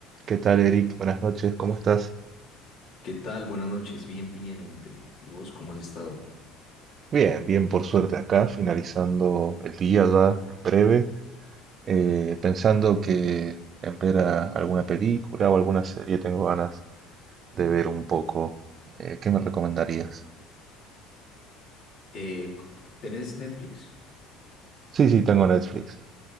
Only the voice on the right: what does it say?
¿Qué tal, Eric? Buenas noches, ¿cómo estás?
Bien, bien, por suerte acá, finalizando el día ya en breve, eh, pensando que en ver a- alguna película o alguna serie tengo ganas de ver un poco. Eh, ¿qué me recomendarías?
Sí, sí, tengo Netflix.